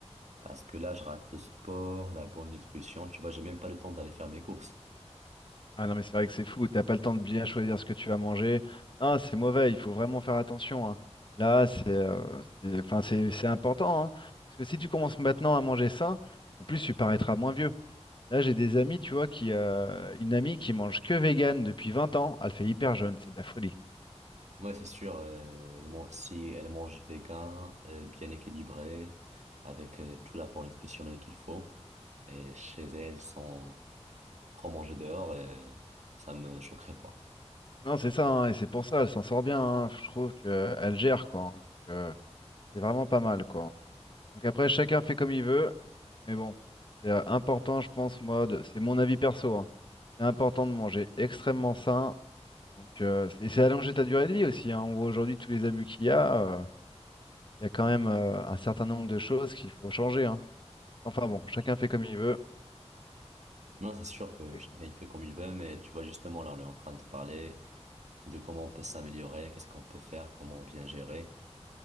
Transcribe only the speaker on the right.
parce que là, je rate le sport, la bonne nutrition. Tu vois, j'ai même pas le temps d'aller faire mes courses.
Ouais, c'est sûr. euh, le man- si elle mange vegan, euh, bien équilibré, avec euh, tout l'apport nutritionnel qu'il faut, et chez elle sans trop manger dehors, euh, ça me choquerait pas.
Non, c'est sûr que
chacun il fait comme il veut, mais tu vois, justement, là, on est en train de parler de comment on peut s'améliorer, qu'est-ce qu'on peut faire, comment bien gérer.